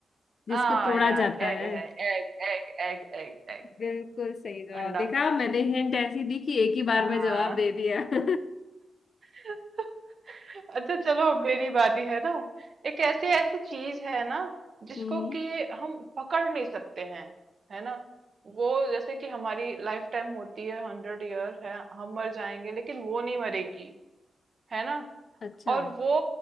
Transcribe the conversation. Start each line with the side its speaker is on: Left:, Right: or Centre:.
Left: जिसको
Right: हाँ
Left: तोड़ा
Right: यार
Left: जाता
Right: एग
Left: है
Right: है egg egg egg egg egg
Left: बिल्कुल सही जवाब
Right: अंडा
Left: देखा मैंने हिंट ऐसी दी कि एक ही बार
Right: हाँ
Left: में जवाब दे दिया <laughs>
Right: <laughs> अच्छा चलो अब मेरी बारी है ना एक ऐसी ऐसी चीज है ना जिसको
Left: हम्म
Right: कि हम पकड़ नहीं सकते हैं है ना वो जैसे कि हमारी लाइफ टाइम होती है हंड्रेड ईयर है हम मर जाएंगे लेकिन वो नहीं मरेगी है ना
Left: अच्छा
Right: और वो